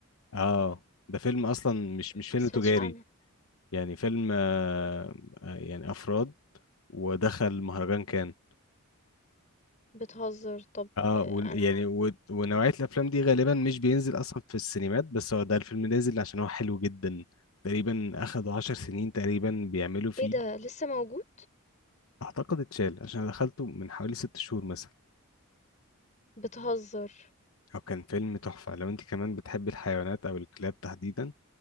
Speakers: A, on the left; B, on the left.
A: اه ده فيلم أصلا مش مش
B: ما
A: فيلم
B: سمعتش
A: تجاري
B: عنه،
A: يعني فيلم آه آه، يعني أفراد ودخل مهرجان كان
B: بتهزر، طب
A: اه
B: آه،
A: و يعني
B: أنا
A: و ونوعية الأفلام دي غالبا مش بينزل أصلا في السينمات بس هو ده الفيلم نازل عشان هو حلو جدا تقريبا أخدوا عشر سنين تقريبا بيعملوا فيه
B: إيه ده لسه موجود؟
A: أعتقد اتشال عشان أنا دخلته من حوالي ست شهور مثلا
B: بتهزر،
A: هو كان فيلم تحفة لو انت كمان بتحب الحيوانات او الكلاب تحديدا